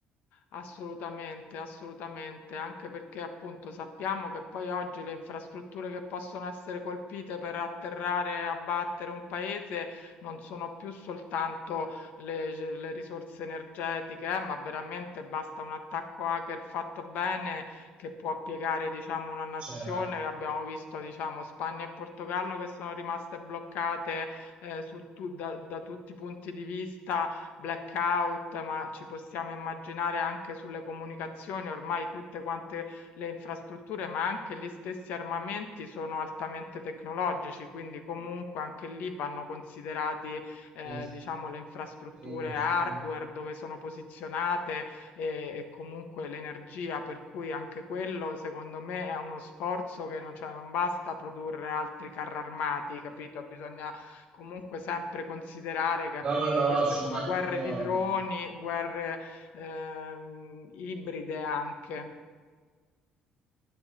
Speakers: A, on the left (about 75°); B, on the right (about 35°).
A: Assolutamente, assolutamente, anche perché appunto sappiamo che poi oggi le infrastrutture che possono essere colpite per atterrare e abbattere un paese non sono più soltanto le, le risorse energetiche, eh, ma veramente basta un attacco hacker fatto bene che può piegare, diciamo, una nazione.
B: Certo,
A: Abbiamo visto, diciamo, Spagna e Portogallo che sono rimaste bloccate eh, su tu- da da tutti i punti di vista blackout, ma ci possiamo immaginare anche sulle comunicazioni, ormai tutte quante le infrastrutture, ma anche gli stessi armamenti sono altamente tecnologici, quindi comunque anche lì vanno considerati eh,
B: sì,
A: diciamo le infrastrutture
B: sì,
A: hardware
B: sì.
A: dove sono posizionate e, e comunque l'energia, per cui anche quello secondo me è uno sforzo che non, cioè, non basta produrre altri carri armati, capito? Bisogna comunque sempre considerare che appunto
B: No, no,
A: queste
B: sono
A: sono
B: d'accordo.
A: guerre di droni, guerre ehm, ibride anche.